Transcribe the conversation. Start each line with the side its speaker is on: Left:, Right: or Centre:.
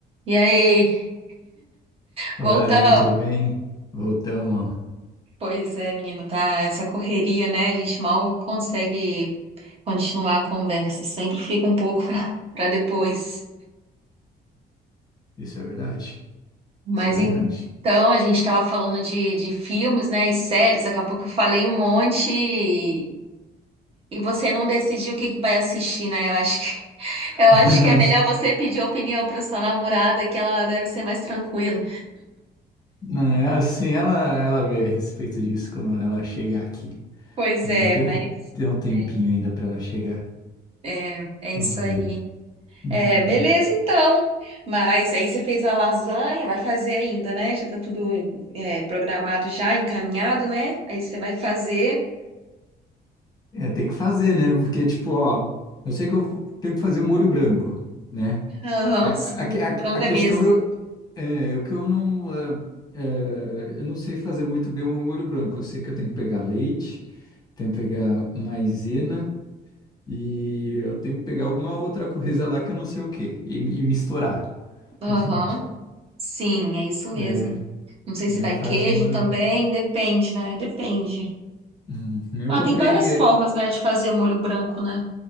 Right: E aí, voltamos.
Left: Olá, Evni, tudo bem? Voltamos.
Right: Pois é, menino, tá essa correria, né? A gente mal consegue continuar a conversa, sempre fica um pouco <laughs> para depois.
Left: Isso é verdade?
Right: Mas
Left: Isso é verdade.
Right: então, a gente tava falando de, de filmes, né, e séries, acabou que eu falei um monte e, e você não decidiu o que que vai assistir, né? Eu acho que, <laughs>
Left: <laughs>
Right: eu acho que é melhor você pedir opinião para sua namorada, que ela deve ser mais tranquila.
Left: Não, não, é assim, ela, ela vê a respeito disso, como ela chegar aqui,
Right: Pois
Left: né?
Right: é,
Left: Tem,
Right: mas
Left: tem um tempinho
Right: é,
Left: ainda para ela chegar.
Right: é, é isso
Left: Vamos ver.
Right: aí.
Left: Uhum.
Right: É, beleza então. Mas aí você fez a lasanha, vai fazer ainda, né? Já tá tudo é, programado já, encaminhado, né? Aí você vai fazer.
Left: É, tem que fazer, né? Porque, tipo, ó, eu sei que eu vou- tenho que fazer o molho branco, né?
Right: Aham,
Left: A, a,
Right: sim,
Left: a,
Right: frango
Left: a questão
Right: é mesmo.
Left: eu, é, eu que eu não, é, é, eu não sei fazer muito bem o molho branco. Eu sei que eu tenho que pegar leite, tenho que pegar maisena. E eu tenho que pegar alguma outra coisa lá que eu não sei o que e, e misturar
Right: Aham,
Left: junto.
Right: sim, é isso mesmo.
Left: Daí,
Right: Não sei
Left: daí
Right: se vai
Left: faz
Right: queijo
Left: um olho.
Right: também, depende, né? Depende.
Left: Hum, Eu
Right: Ah,
Left: comprei.
Right: tem várias formas,
Left: é,
Right: né, de fazer o molho branco, né?